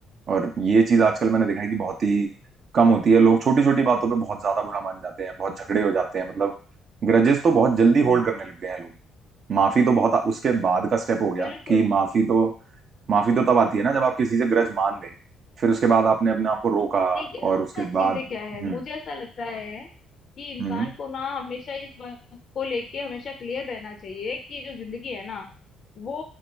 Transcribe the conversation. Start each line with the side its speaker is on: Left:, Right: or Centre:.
Right: और ये चीज आजकल मैंने देखा है कि बहुत ही कम होती है लोग छोटी छोटी बातों पे बहुत ज्यादा बुरा मान जाते हैं बहुत झगड़े हो जाते हैं मतलब ग्रजेस तो बहुत जल्दी होल्ड करने लग गए हैं लोग माफी तो बहुत उसके बाद का स्टेप हो गया
Left: बिल्कुल
Right: कि माफी तो माफी तो तब आती है ना जब आप किसी से ग्रज मान गए फिर उसके बाद आपने अपने आप को रोका
Left: ठीक है
Right: और
Left: पता
Right: उसके
Left: है चीजें
Right: बाद
Left: क्या है
Right: हम्म
Left: मुझे ऐसा लगता है कि इंसान
Right: हम्म
Left: को ना हमेशा इस बात को लेके हमेशा क्लियर रहना चाहिए कि जो जिंदगी है ना वो